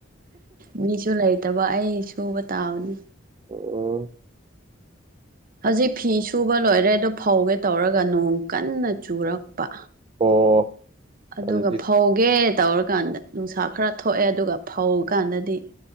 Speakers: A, on the right; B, on the right.
A: ꯃꯤꯁꯨ ꯂꯩꯇꯕ ꯑꯩ ꯁꯨꯕ ꯇꯕꯅꯤ꯫
B: ꯎꯝ꯫
A: ꯍꯧꯖꯤꯛ ꯐꯤ ꯁꯨꯕ ꯂꯣꯏꯔꯦ ꯑꯗꯨ ꯐꯧꯒꯦ ꯇꯧꯔꯒ ꯅꯣꯡ ꯀꯟꯅ ꯆꯨꯔꯛꯄ꯫
B: ꯑꯣ
A: ꯑꯗꯨꯒ
B: ꯑꯗꯨꯗꯤ
A: ꯐꯧ꫰ ꯒꯦ ꯇꯧꯔꯀꯥꯟꯗ ꯅꯨꯡꯁꯥ ꯈꯔ ꯊꯣꯛꯑꯦ ꯑꯗꯨꯒ ꯐꯧ ꯀꯥꯟꯗꯗꯤ꫰